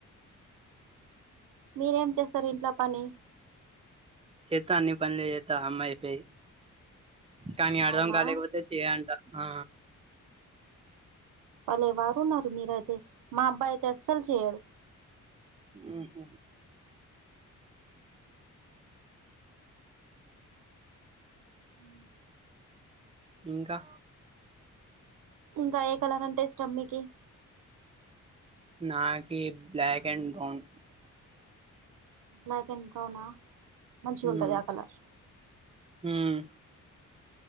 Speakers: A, on the right (about 80°); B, on the right (about 20°).
A: మీరేం చేస్తారు ఇంట్లో పని
B: చెత్తా అన్ని పనులు చేత్తా అమ్మా చెప్పేయి కానీ అర్థం
A: అవునా
B: కాలేకపోతే చేయంట ఆ
A: బలే వారు ఉన్నారు మీరయితే మా అబ్బాయి అయితే అస్సలు చేయరు
B: ఉహు
A: ఉ
B: ఇంకా
A: ఇంకా ఏ కలర్ అంటే ఇష్టం మికి
B: నాకి black and brown
A: black and బ్రౌనా మంచిగుంటది
B: మ్మ్.
A: ఆ కలర్
B: మ్మ్.